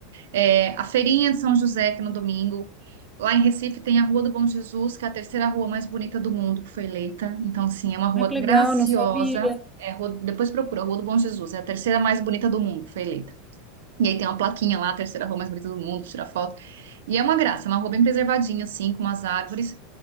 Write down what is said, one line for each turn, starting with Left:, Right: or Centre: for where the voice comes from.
Right: É, a feirinha de São José, que é no domingo. Lá em Recife tem a Rua do Bom Jesus, que é a terceira rua mais bonita do mundo, que foi eleita. Então, assim, é uma rua
Centre: Ah, que legal,
Right: graciosa.
Centre: não sabia.
Right: É, rua- depois procura, Rua do Bom Jesus. É a terceira mais bonita do mundo, que foi eleita. E aí tem uma plaquinha lá, a terceira rua mais bonita do mundo, tira foto. E é uma graça, é uma rua bem preservadinha, assim, com umas árvores.